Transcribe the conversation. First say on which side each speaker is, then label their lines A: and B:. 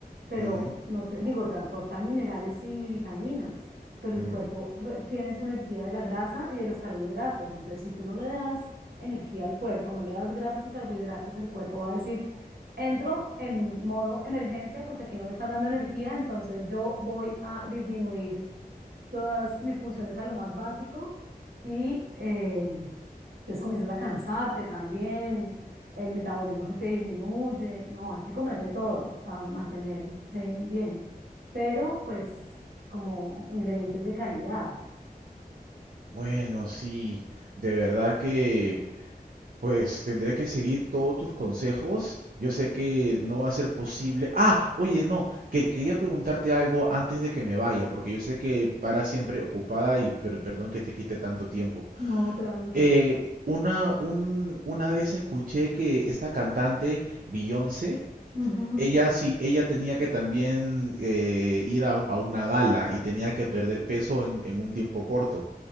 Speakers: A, on the right; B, on the right.
A: pero
B: ujú,
A: no te, digo, te aportan minerales y vitaminas. pero el
B: ujú.
A: cuerpo re- tiene su energía de la grasa y de los carbohidratos. Entonces, si tú no le das energía al cuerpo, no le das grasas y carbohidratos, el cuerpo va a decir, entro en modo emergencia porque aquí no me están dando energía, entonces yo voy a disminuir todas mis funciones a lo más básico y eh, entonces comienzas a cansarte también, el metabolismo se te disminuye, no, hay que comer de todo para mantenerse bien, pero pues como ingredientes de calidad.
B: Bueno, sí, de verdad que Pues tendré que seguir todos tus consejos. Yo sé que no va a ser posible. Ah, oye, no, que- quería preguntarte algo antes de que me vaya, porque yo sé que para siempre ocupada y per- perdón que te quite tanto tiempo.
A: No, tranqui.
B: Eh, una, un- una vez escuché que esta cantante Beyoncé,
A: Ujú.
B: ella sí, ella tenía que también eh, ir a, a una gala y tenía que perder peso en en un tiempo corto.